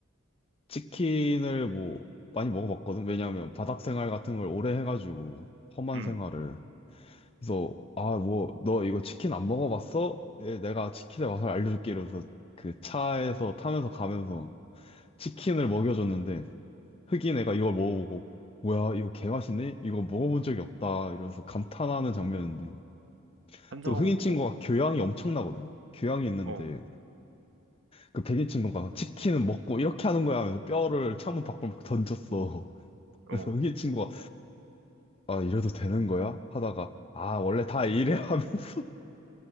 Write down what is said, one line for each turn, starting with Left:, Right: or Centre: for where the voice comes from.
Left: 치킨을 뭐 많이 먹어봤거든. 왜냐하면 바닥 생활 같은 걸 오래 해가지고 험한
Right: 음.
Left: 생활을. 그래서 아 뭐 너 이거 치킨 안 먹어봤어? 예, 내가 치킨의 맛을 알려줄게 이러면서 그 차에서 타면서 가면서 치킨을 먹여줬는데 흑인 애가 이걸 먹어보고 뭐야 이거 개맛있네? 이거 먹어본 적이 없다 이러면서 감탄하는 장면인데
Right: 한잔하고
Left: 또 흑인 친구가 교양이 엄청나거든. 교양이 있는데
Right: 먹어.
Left: 그 백인 친구가 치킨은 먹고 이렇게 하는 거야 하면서 뼈를 창문 밖으로 막 던졌어. <laughs>
Right: 어,
Left: 그래서
Right: 어,
Left: 흑인 친구가 아 이래도 되는 거야? 하다가 아 원래 다 이래 하면서